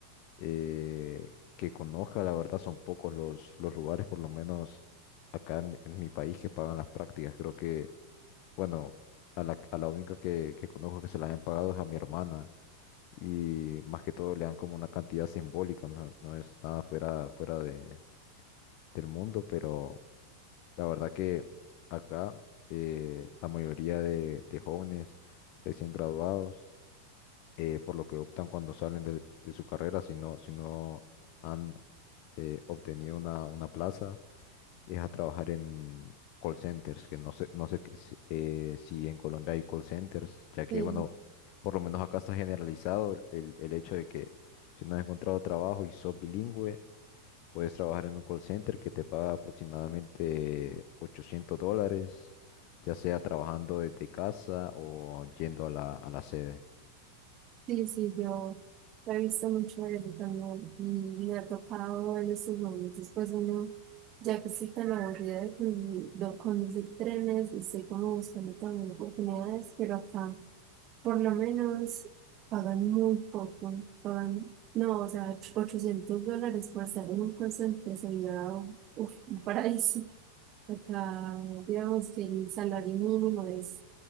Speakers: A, on the left; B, on the right.
A: Eh, que conozca, la verdad, son pocos los, los lugares, por lo menos acá en, en mi país, que pagan las prácticas. Creo que, bueno, a la, a la única que, que conozco que se la han pagado es a mi hermana y más que todo le dan como una cantidad simbólica, no, no es nada fuera, fuera de, del mundo, pero la verdad que acá eh, la mayoría de, de jóvenes recién graduados, eh, por lo que optan cuando salen de, de su carrera, si no, si no han eh, obtenido una, una plaza, es a trabajar en call centers, que no sé, no sé qué si eh, si en Colombia hay call centers, ya que,
B: Sí.
A: bueno, por lo menos acá está generalizado el, el hecho de que si no has encontrado trabajo y sos bilingüe, puedes trabajar en un call center que te paga aproximadamente 800 dólares, ya sea trabajando desde casa o yendo a la, a la sede.
B: Sí, sí, yo he visto mucho eso también y, y ha tocado en esos momentos, pues uno, ya que estoy tan aburrida de condu- de conducir trenes y estoy como buscando también oportunidades, pero acá. Por lo menos pagan muy poco, pagan, no, o sea, 800 dólares por estar en un call center sería uf, un paraíso. Acá, digamos que el salario mínimo es,